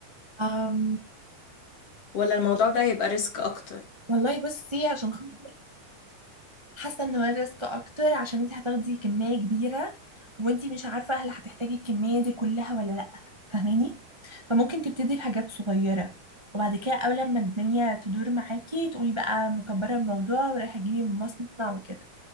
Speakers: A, on the right; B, on the left.
A: آم
B: ولا الموضوع ده هيبقى ريسك اكتر
A: والله بصي عشان خاطر حاسه ان هو الريسك اكتر عشان انت هتاخدي كميه كبيره وانت مش عارفه هل هتحتاجي الكميه دي كلها ولا لا فاهماني فممكن تبتدي بحاجات صغيره وبعد كده اول ما الدنيا تدور معاكي تقومي بقى مكبره الموضوع ورايحه تجيبي من مصنع وكده